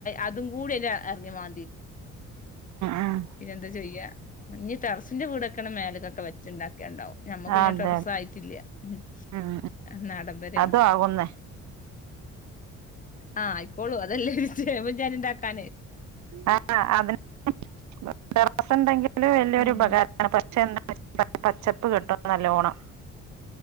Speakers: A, on the left; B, on the right.
A: അതും കൂടി എെ അറങ്ങി മാ
B: ഉം
A: പിന്നെെന്താ ചെയ്യാ ഇനി ടെറസിന്റെ കീടൊക്കെ മേലക്കൊക്കെ വെച്ചുണ്ടാക്കേണ്ടാവും ഞമ്മക്ക്
B: അതെ
A: ഇന്ന ടറസ് ആയിട്ടില്ലാഡംബരയാണ്
B: ഉം അതും ആകുന്നേ
A: ആഹ ആയിക്കോളു അതല്ലാം ഇഞാനൻണ്ടാക്ക ക
B: ആഹ അതിസം ഉണ്ടെങ്കില് വലിയരു
A: ഉം
B: ഉപകാരമാണ് പക്ഷെ എന്താ പച്ചപ്പ് കിട്ടും നല്ലവോണം